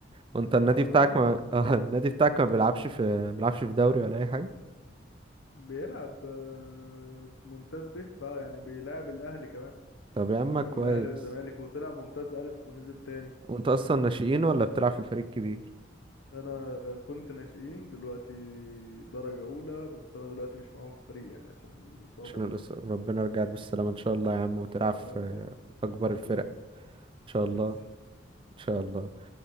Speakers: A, on the right (about 25°); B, on the left (about 80°).
A: وانت
B: لو
A: النادي
B: احلام
A: بتاعك ما <laughs> آه، النادي بتاعك ما بيلعبش في ما بيلعبش في دوري ولا اي حاجة
B: بيلعب آه، ممتاز به بقى يعني بيلعب الاهلي كمان
A: طب يا عم كويس
B: بيلعب الاهلي والزمالك وطلع ممتاز الف ونزل تاني
A: وانت اصلا ناشئين ولا بتلعب في الفريق الكبير
B: انا كنت ناشئين دلوقتي درجة اولى بس انا دلوقتي مش معاهم في الفريق يعني عشان الاصابة
A: عشان الإص- ربنا يرجعك بالسلامة ان شاء الله يا عم وتلعب
B: يا رب
A: في
B: يعني
A: في اكبر الفرق ان شاء
B: نفسي
A: الله ان شاء الله